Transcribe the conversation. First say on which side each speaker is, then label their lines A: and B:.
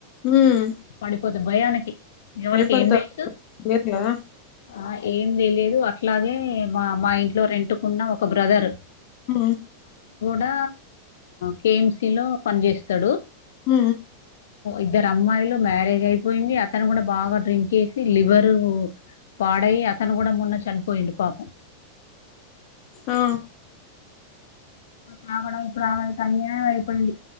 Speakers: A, on the left (about 40°); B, on the left (about 60°).
A: హ్మ్
B: పడిపోతే భయానికి ఎవళ్ళికి
A: భయపడతారు
B: ఏం తెలుసు
A: లేదు కదా
B: ఆ ఏం తెలేదు అట్లాగే మా మా ఇంట్లో రెంటుకున్న ఒక బ్రదర్
A: ఉ
B: ద కేఎంసి లో పని చేస్తడు
A: ఉ
B: ఇద్దరు అమ్మాయిలు మ్యారేజ్ అయిపోయింది అతను కూడా బాగా డ్రింక్ ఎసి లివరు పాడై అతను కూడా మొన్న చని పోయిండు పాపం
A: ఆ
B: తాగడం ఇప్పుడు అమైతే అన్యాయం అయిపోయింది